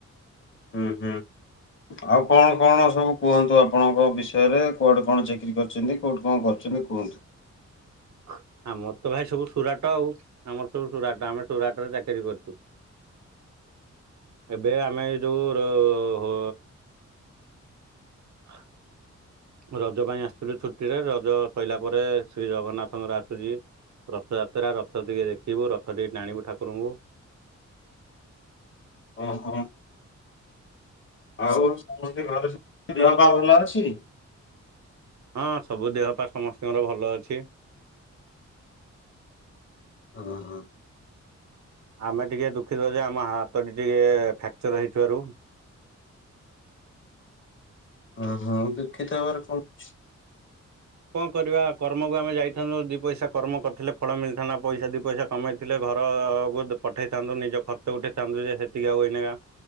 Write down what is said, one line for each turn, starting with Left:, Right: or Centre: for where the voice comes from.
Left: ହୁଁ ହୁଁ ଆଉ କଣ କଣ ସବୁ କୁହନ୍ତୁ ଆପଣଙ୍କ ବିଷୟରେ କୁଆଡେ କଣ ଚାକିରି କରଚନ୍ତି କୋଉଠି କଣ କରୁଚନ୍ତି କୁହ?
Right: <inaudible> ଆମର ତ ଭାଇ ସବୁ ସୁରାଟ ଆଉ ଆମର ସବୁ ସୁରାଟ ଆମେ ସୁରାଟରେ ଚାକିରି କରିଚୁ। ଏବେ ଆମେ ଏଇ ଯୋଉ ର-ହ ହ <inaudible> ରଜ ପାଇଁ ଆସଥିଲୁ ଛୁଟିରେ ରଜ ସଇଲା ପରେ ଶ୍ରୀ ଜଗନ୍ନାଥଙ୍କର ଆସୁଚି। ରଥଯାତ୍ରା ର ରଥ ଟିକେ ଦେଖିବୁ, ରଥ ଟିକେ ଟାଣିବୁ ଠାକୁରଙ୍କୁ।
Left: ଓହ। ଆଉ ସମସ୍ତେ ଘରେ ସବୁ ଦେହପା ଭଲଅଛି?
Right: ହଁ ସବୁ ଦେହପା ସମସ୍ତିଙ୍କର ଭଲଅଛି।
Left: ଓ ହଁ।
Right: ଆମେ ଟିକେ ଦୁଃଖିତ ଯେ ଆମ ହାତଟି ଟିକେ ଫ୍ରାକ୍ଚର ହେଇଥିବାରୁ।
Left: ଓ ହଁ ଦୁଃଖିତ ହେବାର କଣ ଅଛି?
Right: କଣ କରିବା କର୍ମକୁ ଆମେ ଯାଇଥାନ୍ତୁ ଦି ପଇସା କର୍ମ କରିଥିଲେ ଫଳ ମିଳିଥାନ୍ତା ପଇସା ଦିପଇସା କମେଇଥିଲେ ଘ ଘରକୁ ଦି-ପଠେଇଥାନ୍ତୁ ନିଜ ଖର୍ଚ୍ଚ ଉଠେଇଥାନ୍ତୁ ଯେ ସେତିକି ଆଉ ଏଇନାକା